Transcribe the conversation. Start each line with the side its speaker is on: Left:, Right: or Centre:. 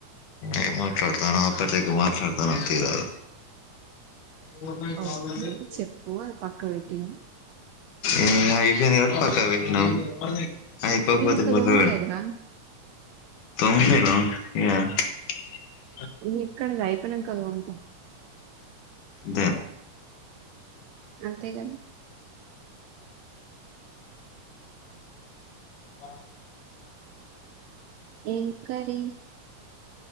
Left: ఏం మాట్లాడతానా <unintelligible> మాట్లాడతానవ్ తీరాదు గవర్నమెంట్
Right: ఓకే
Left: గవర్నమెంట్
Right: చెప్పు ఆ పక్క పెటినా
Left: ఉమ్ ఐపోయింది కాబట్టి పక్కకు పెట్టినం అయిపోకపోతే
Right: నేను ఇంకా
Left: పక్క
Right: దోమలేదురా
Left: <inaudible> <unintelligible>
Right: ఇక్కడదాయ్ పనంక వోంపా
Left: దే
Right: అంతేగా
Left: ఆ
Right: ఊ కరి